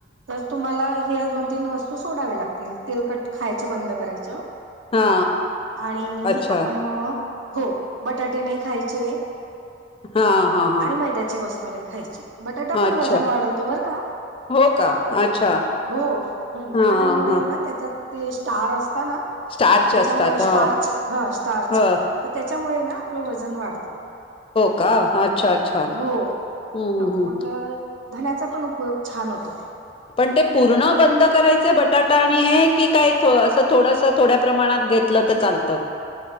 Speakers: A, on the right (about 75°); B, on the left (about 30°).
A: तर तुम्हाला हे दोन तीन वस्तू सोडाव्या लागतील. तेलकट खायच बंद करायचं
B: हा
A: आणि
B: अच्छा
A: आपण हो बटाटे नाही खायचे.
B: हा, हा, हा.
A: आणि मैद्याची वस्तू खायची बटाटा पण
B: अच्छा
A: वजन वाढवतो बर का.
B: हो का अच्छा
A: हो
B: हा
A: बटाटामुळे
B: हा
A: ना त्याच्यात ते स्टार असत ना,
B: स्टार्च
A: त्याच्यामुळे
B: असतात
A: स्टार्च
B: ह
A: हं स्टार्च
B: ह
A: तर त्या त्याच्यामुळे ना आपलं वजन वाढतं.
B: हो का? अच्छा, अच्छा
A: हो
B: हम्म
A: हो
B: हम्म.
A: मग धण्याचा पण उपयोग छान होतो.
B: पण ते पूर्ण बंद करायचे बटाटा आणि हे की काय असं थोडस थोड्या प्रमाणात घेत लं तर चालतं?